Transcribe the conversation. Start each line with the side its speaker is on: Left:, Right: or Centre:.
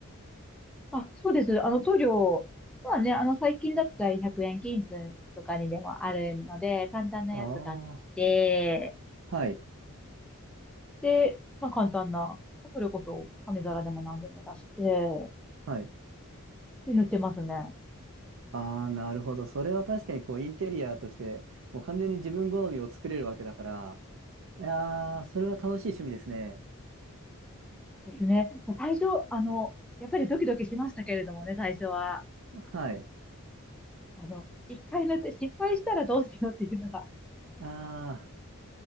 Centre: あ、そうです。あの、塗料はね、あの、最近だったら100円均一とかにでもあるので、簡単なやつ買ってきて、
Right: ああー、はい、
Centre: で、まあ簡単な、それこそ紙皿でも何でも出して、
Right: はい。
Centre: で、塗ってますね。
Right: ああ、なるほど。それは確かにこう、インテリアとして、もう完全に自分好みを作れるわけだから、いやー、それは楽しい趣味ですね。
Centre: ですね。最初、あの、やっぱりドキドキしましたけれどもね、最初は。
Right: はい。
Centre: あの、一回塗って失敗したらどうしようっていうのが、
Right: ああ。